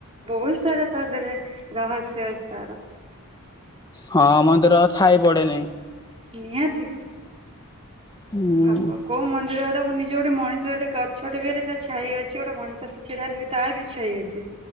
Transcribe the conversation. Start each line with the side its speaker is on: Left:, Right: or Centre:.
Right: ବହୁତ ସାରା ତା ଦେରେ ରହସ୍ୟ ଅଛି ତାର।
Left: ହଁ ମନ୍ଦିର ଛାଇ ପଡ଼େନି।
Right: ନିହାତି
Left: ହୁଁ
Right: ଭାବ କୋଉ ମନ୍ଦିର ନିଜ ଗୋଟେ ମଣିଷ ଗୋଟେ ଗଛଟେ ବି ହେଲେ ତା ଛାଇ ଅଛି ଗୋଟେ ମଣିଷ ଟେ ଛିଡା ହେଲେ ବି ତାର ବି ଛାଇ ଅଛି।